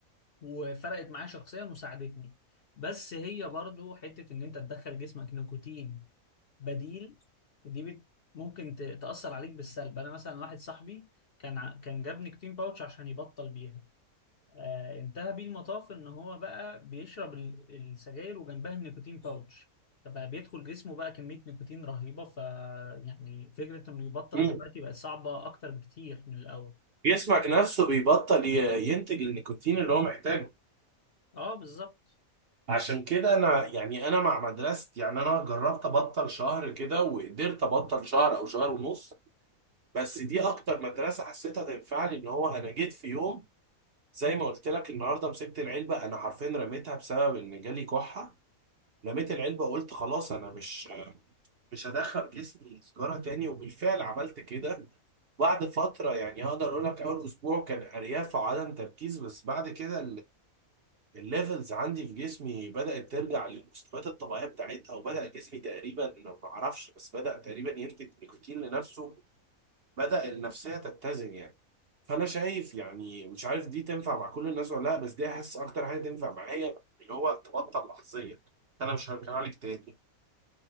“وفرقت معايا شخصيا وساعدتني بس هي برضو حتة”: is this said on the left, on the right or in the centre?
Left